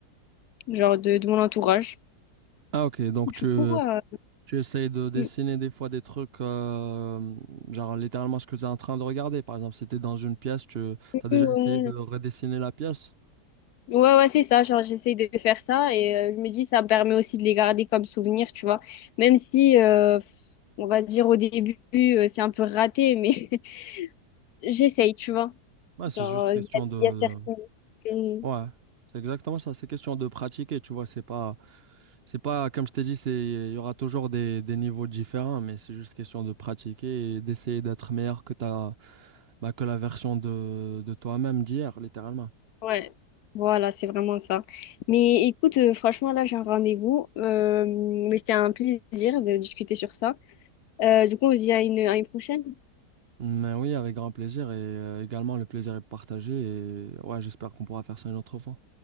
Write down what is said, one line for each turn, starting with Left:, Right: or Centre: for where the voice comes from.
Left: genre, de, de mon entourage.
Right: Ah, ok, donc
Left: Du
Right: tu,
Left: coup, euh,
Right: Tu essayes de dessiner
Left: mm,
Right: des fois des trucs, euh, genre littéralement ce que tu es en train de regarder. Par exemple, si tu es dans une pièce, tu
Left: ouais,
Right: as déjà essayé de redessiner la pièce.
Left: ouais, ouais, c'est ça, genre, j'essaie de faire ça et euh, je me dis, ça me permet aussi de les garder comme souvenir, tu vois. Même si, euh, on va se dire, au début, euh, c'est un peu raté, mais <laughs> j'essaye, tu vois.
Right: Ouais, c'est
Left: Genre,
Right: juste question
Left: il y a,
Right: de...
Left: il y a certains.
Right: Ouais, c'est exactement ça. C'est question de pratiquer, tu vois. C'est pas, c'est pas, comme je t'ai dit, c'est, il y aura toujours des, des niveaux différents, mais c'est juste question de pratiquer et d'essayer d'être meilleur que ta, bah, que la version de, de toi-même d'hier, littéralement.
Left: Ouais, voilà, c'est vraiment ça. Mais écoute, euh, franchement, là, j'ai un rendez-vous. euh, mais c'était un plaisir de discuter sur ça. Euh, du coup, on se dit à une, à une prochaine.
Right: Mais oui, avec grand plaisir et euh, également le plaisir est partagé et ouais, j'espère qu'on pourra faire ça une autre fois.